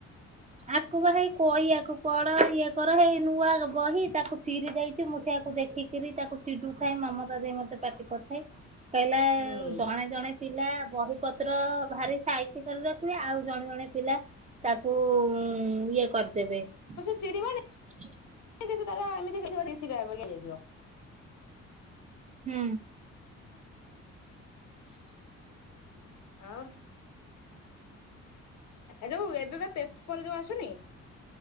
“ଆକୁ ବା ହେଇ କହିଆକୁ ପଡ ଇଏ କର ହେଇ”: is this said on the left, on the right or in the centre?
Right